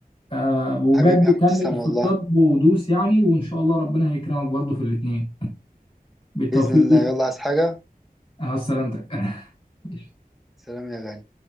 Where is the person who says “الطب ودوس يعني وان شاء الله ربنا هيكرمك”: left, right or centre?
Left